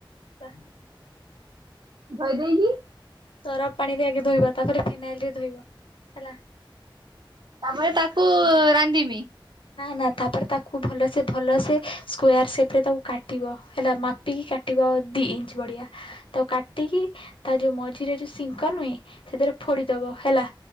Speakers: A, on the left; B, on the right.
A: ବା
B: ଧୋଇଦେଇକି?
A: ସରାପ ପାଣିରେ ଆଗେ ଧୋଇବା ତାପରେ ଫିନାଇଲ ରେ ଧୋଇବା ହେଲା।
B: ତାମରେ ତାକୁ ରାନ୍ଧିମି?
A: ନା ନା ତାପରେ ତାକୁ ଭଲସେ ଭଲସେ ସ୍କ୍ୟାର ସେପ୍ରେ ତାକୁ କାଟିବ ହେଲା ମାପିକି କାଟିବ ଦୁଇ ଇଞ୍ଚ ବଡ଼ିଆ ତା କାଟିକି ତା ଯୋଉ ମଝିରେ ଯୋଉ ସିଙ୍କ ନୁହେଁ ସେଥିରେ ଫୋଡ଼ିଦବ ହେଲା